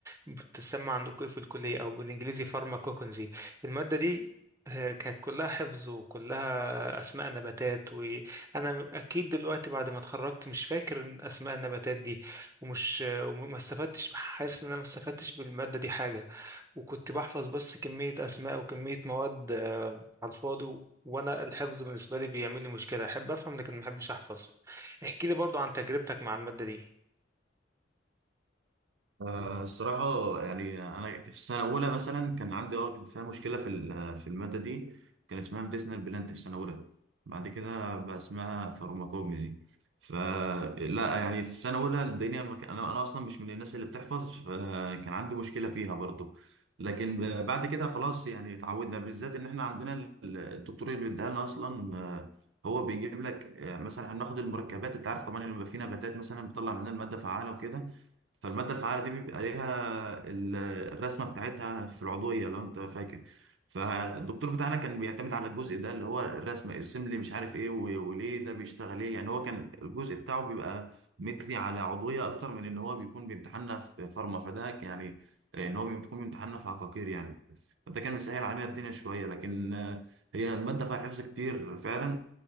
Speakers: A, on the right (about 15°); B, on the right (about 75°).
A: بتتسمى عندكم ايه في الكلية أو بالإنجليزي فارماكوكنزي المادة دي آه، كانت كلها حفظ وكلها أسماء نباتات وأنا م- أكيد دلوقتي بعد ما اتخرجت مش فاكر إن أسماء النباتات دي ومش آه، وما استفدتش حاسس إن أنا ما استفدتش بالمادة دي حاجة وكنت بحفظ بس كمية أسماء وكمية مواد آه، على الفاضي و- وأنا الحفظ بالنسبة لي بيعمل لي مشكلة أحب أفهم لكن ما أحبش أحفظ احكي لي برضو عن تجربتك مع المادة دي
B: آه، الصراحة يعني أنا في سنة أولى مثلا كان عندي أه كان فيها مشكلة في ال- في المادة دي كان اسمها ميديسنال بلانت في سنة أولى بعد كده بقى اسمها فارماكوجنزي فلا يعني في سنة أولى الدنيا ما كان- أنا أنا أصلا مش من الناس اللي بتحفظ فكان عندي مشكلة فيها برضو لكن ب- بعد كده خلاص يعني اتعودنا بالذات إن إحنا عندنا ال- الدكتور اللي بيديها لنا أصلا آه، هو بيجيب لك آه، مثلا هناخد المركبات انت عارف طبعا ان بيبقى في نباتات مثلا بتطلع منها الماده فعاله وكده فالمادة الفعالة دي بيبقى عليها ال- الرسمة بتاعتها في العضوية لو انت فاكر فالدكتور بتاعنا كان بيعتمد على الجزء ده اللي هو الرسمة ارسم لي مش عارف ايه و- وليه ده بيشتغل ايه يعني هو كان الجزء بتاعه بيبقى مثلي على عضوية اكتر من ان هو بيكون بيمتحنا في فارما فده ك- يعني ان هو بيكون بيمتحنا في عقاقير يعني فده كان مسهل علينا الدنيا شوية لكن آه، هي المادة فيها حفظ كتير فعلا